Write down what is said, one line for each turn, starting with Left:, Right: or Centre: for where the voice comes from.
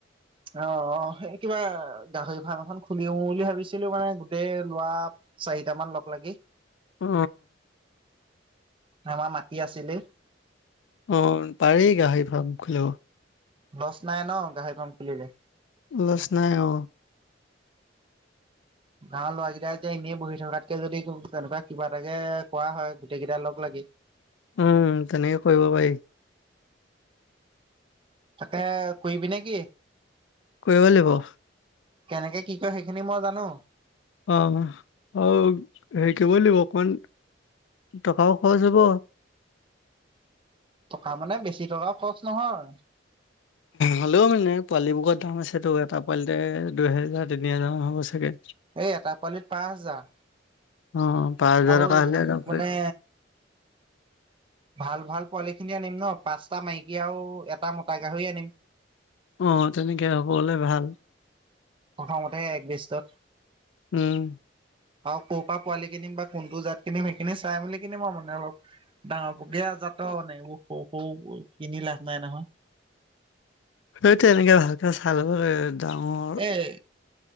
Right: অ', অ' সেই কিবা গাহৰি ফাৰ্ম এখন খুলিও বুলি ভাবিছিলোঁ মানে গোটেই লোৱা চাৰিট মান লগ লাগি।
Left: উ
Right: আমাৰ মাটি আছিলেই।
Left: অ পাৰি গাহৰি, ফাৰ্ম খুলিব
Right: লছ নাই ন গাহৰি, ফ্ৰম খুলিলে।
Left: লচ নাই অ
Right: গাঁৱৰ লৰাৰাকেইটাই এতিয়া এনেই বহি থকাতকে যদি তেনেকুৱা কিবা এটাাকে কোৱা হয়। গোটেই কেইটটা লগ লাগি
Left: উম তেনেকে কৰিব পাৰি
Right: তাকে কিবি নে কি?
Left: কৰিব লাগিব।
Right: কেনেকে কি কয় সেইখিনি মই জানো।
Left: অ আৰু হেৰি কৰিব লাগিব অকণমান টকাও খৰচ হ'ব।
Right: টকা মানে বেছি টকাও খৰচ নহয়।
Left: হাললেও মানে পোৱালিবোৰত দাম আছেতো এটা পোৱালিতে দুহেজাৰ তিনি হেজাৰ মান হ'ব চাগে।
Right: এই এটা পোৱালিত পাঁচ হাজাৰ-
Left: অ পাঁচ হাজাৰকা
Right: আৰু
Left: হলে ল'ব
Right: মানে
Left: পাৰিম।
Right: ভাল ভাল পোৱালিখিনি আনিম ন পাঁচটা মাইকী আৰু এটা মোটা গাহৰি আনিম।
Left: অ তেনেকে হবলে ভাল।
Right: প্ৰথমতে এক বষ্টত
Left: উম।
Right: আৰু ক' পৰা পোৱালি কিনিম বা কোনটো জাত কিনিম সেইখিনি চাই মেলি কিনিম আৰু মানে অলপ ডাঙৰ পকীয়া জাতৰ মানে। সৰু সৰু কিনি লাভ নাই নহয়।
Left: সটো এনেকে ভালকে চাল ডাঙৰ
Right: এই